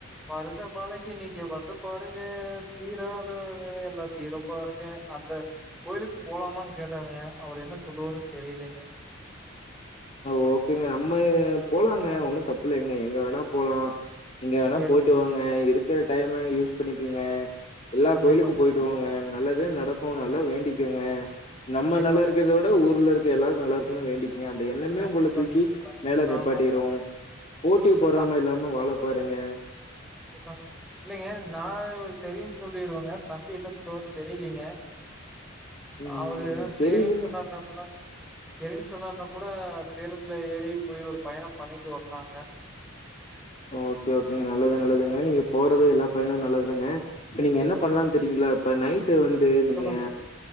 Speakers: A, in the centre; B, on the left.
A: மருத மலைக்கு நீங்க வந்து பாருங்க தீரா எல்லா தீரும் பாருங்க அந்த கோயிலுக்கு போலாமான்னு கேட்டாருங்க அவரு என்ன சொல்லுவாருன்னு தெரியலைங்க
B: ஓகேங்க நம்ம போலாங்க ஒன்னு தப்பு இல்லைங்க எங்க வேணா போலா நீங்க வேணா
A: சரிங்க.
B: போயிட்டு வாங்க இருக்குற டைம்ம யூஸ் பண்ணிக்குங்க எல்லா
A: கண்டிப்பா,
B: கோயிலுக்கு போயிட்டு
A: கண்டிப்பா,
B: வாங்க நல்லதே நடக்கு நல்லா வேண்டிக்குங்க நம்ம
A: கண்டிப்பா,
B: நல்லா இருக்கத
A: கண்டிப்பா,
B: விட ஊர்ல இருக்க எல்லாரு நல்லா இருக்குன்னு வேண்டிக்கங்க அந்த எண்ணமே
A: கண்டிப்பா,
B: உங்கள தூக்கி
A: கண்டிப்பாங்க.
B: மேல நிப்பாட்டிறு
A: ஆமாங்க.
B: போட்டி
A: இந்த
B: பொறாமை இல்லாம வாழ பாருங்க
A: கண்டிப்பா இல்லைங்க நா சரின்னு சொல்லிருவங்க தம்பி என்ன சொல்லுவாருன் தெரியலீங்க
B: ம்.
A: அவரு ஏ சேரின்னு
B: தெரியலங்க.
A: சொன்னாருனா கூட சரின்னு சொன்னாருனா கூட பேருந்துல ஏறி போய் ஒரு பயணம் பண்ணிட்டு வந்தாங்க
B: ஓகே ஓகேங்க நல்லது நல்லதுங்க நீங்க போறது எல்லா பயனு நல்லதுங்க இப்ப
A: கண்டிப்பா,
B: நீங்க என்ன பண்லான்
A: கண்டிப்பா.
B: தெரியீங்ளா இப்ப நைட்டு வந்து நீங்க
A: சொல்லுங்க, சொல்லுங்க.